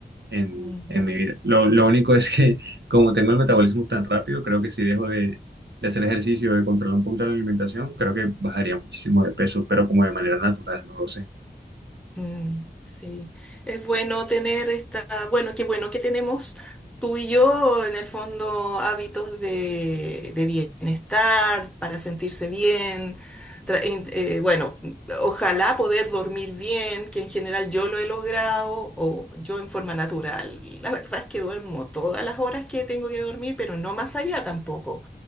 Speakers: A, on the right (about 75°); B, in the centre.
A: en,
B: mm.
A: en mi vida. Lo, lo único es que <laughs> como tengo el metabolismo tan rápido, creo que si dejo de, de hacer ejercicio, de controlar un poquito la alimentación, creo que bajaría muchísimo de peso, pero como de manera natural, no lo sé.
B: Mm, sí, es bueno tener esta, bueno, qué bueno que tenemos tú y yo en el fondo hábitos de, de bienestar para sentirse bien. tra- in- eh, bueno, ojalá poder dormir bien, que en general yo lo he logrado o yo en forma natural. La verdad es que duermo todas las horas que tengo que dormir, pero no más allá tampoco.